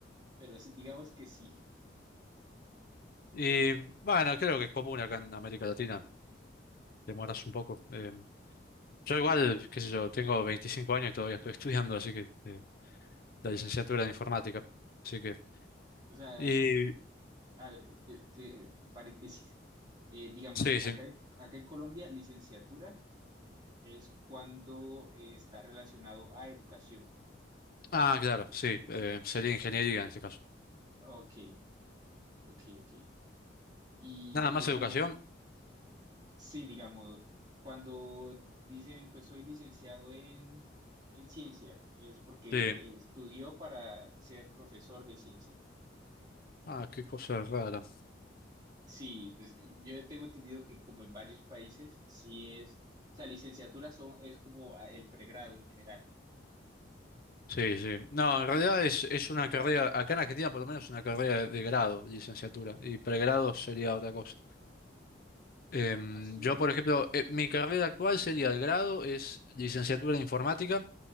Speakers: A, on the right; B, on the left.
A: pero s- digamos que sí.
B: Y bueno, creo que es común acá en América Latina, demoras un poco. Eh, yo igual, qué sé yo, tengo 25 años y todavía estoy <laughs> estudiando, así que eh, la licenciatura
A: Ok.
B: de informática. Así que...
A: O sea,
B: Y
A: a ver, te, te- un paréntesis. Eh, digamos,
B: sí, sí.
A: acá, acá en Colombia, licenciatura es cuando eh, está relacionado a educación.
B: Ah, claro, sí, eh, sería ingeniería en este caso.
A: Ok, ok, ok. Y
B: Nada
A: como,
B: más educación,
A: sí, digamos, cuando dicen, pues soy licenciado en, en ciencias, es porque
B: sí.
A: estudió para ser profesor de ciencias.
B: Ah, qué cosa rara.
A: Sí, pues yo tengo entendido que como en varios países, sí es, o sea, licenciatura son, es como ah, el pregrado en general.
B: Sí, sí. No, en realidad es, es una carrera, acá en Argentina por lo menos una carrera de grado, licenciatura, y pregrado sería otra cosa. Em,
A: ¿Ah, sí?
B: yo, por ejemplo, eh, mi carrera actual sería el grado, es licenciatura en informática,